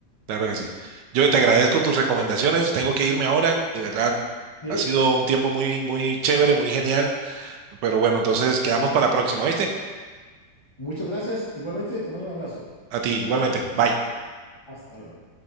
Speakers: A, on the right; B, on the left.
A: Claro que sí. Yo te agradezco tus recomendaciones. Tengo que irme ahora. De verdad,
B: Sí.
A: ha sido un tiempo muy, muy chévere, muy genial. Pero bueno, entonces quedamos para la próxima, ¿viste?
B: Muchas gracias. Igualmente, te mando un abrazo.
A: A ti, igualmente. Bye.
B: Hasta luego.